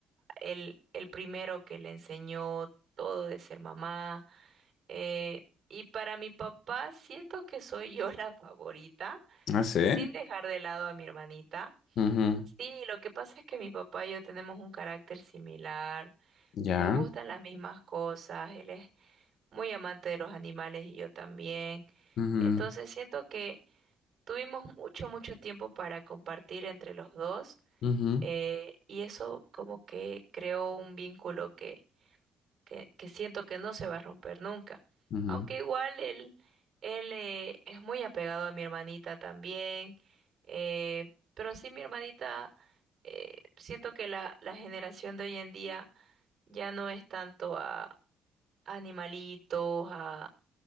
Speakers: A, on the right; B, on the left.
A: el, el primero que le enseñó todo de ser mamá. Eh, y para mi papá siento que soy yo <laughs> la favorita,
B: Ah, sí.
A: sin dejar de lado a mi hermanita.
B: Ujú,
A: Sí, lo que pasa es que mi papá y yo tenemos un carácter similar.
B: Ya.
A: Nos gustan las mismas cosas, él es muy amante de los animales y yo también.
B: Ujú,
A: Entonces siento que tuvimos mucho, mucho tiempo para compartir entre los dos
B: ujú,
A: eh, y eso como que creó un vínculo que, que, que siento que no se va a romper nunca.
B: ujú.
A: Aunque igual él, él eh, es muy apegado a mi hermanita también, eh, pero sí mi hermanita, eh, siento que la, la generación de hoy en día ya no es tanto a a animalitos, a,